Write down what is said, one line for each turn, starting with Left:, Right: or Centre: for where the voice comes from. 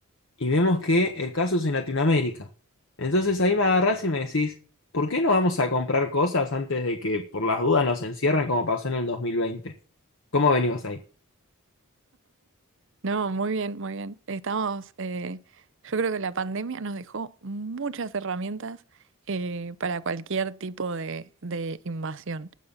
Left: y vemos que el caso es en Latinoamérica. Entonces ahí me agarrás y me decís, ¿por qué no vamos a comprar cosas antes de que por las dudas nos encierren como pasó en el 2020? ¿Cómo venimos ahí?
Right: No, muy bien, muy bien. Estamos. eh, yo creo que la pandemia nos dejó muchas herramientas eh, para cualquier tipo de, de invasión.